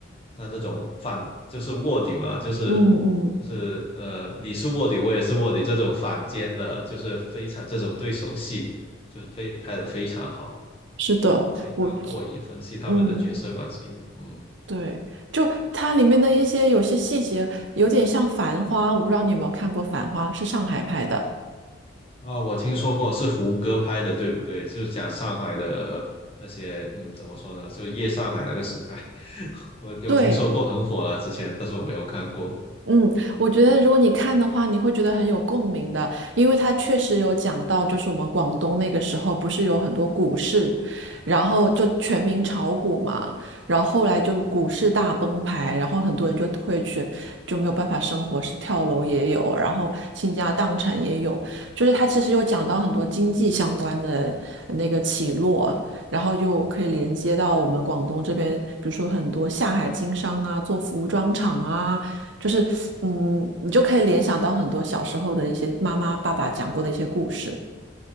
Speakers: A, on the left; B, on the right.
A: 他那种反就是卧底嘛，就是
B: 嗯嗯，
A: 就是呃你是卧底，我也是卧底这种反间的，就是非常这种对手戏。就是非拍的非常好，
B: 是的，
A: 非常过瘾，
B: 我，
A: 分析他们的角色关系。
B: 嗯，
A: 嗯，
B: 对，就它里面的一些有些细节有点像《繁花》，我不知道你有没有看过《繁花》，是上海拍的。
A: 哦，我听说过是胡歌拍的，对不对？就是讲上海的那些，嗯，怎么说呢？就夜上海那个时代，<laughs> 我有听说过很火了之前，
B: 对，
A: 但是我没有看过。
B: 嗯，我觉得如果你看的话，你会觉得很有共鸣的，因为它确实有讲到，就是我们广东那个时候不是有很多股市，然后就全民炒股嘛，然后后来就是股市大崩盘，然后很多人就退选，就没有办法生活，跳楼也有，然后倾家荡产也有，就是他其实有讲到很多经济相关的那个起落，然后又可以连接到我们广东这边，比如说很多下海经商啊，做服装厂啊。就是嗯，你就可以联想到很多小时候的一些妈妈、爸爸讲过的一些故事。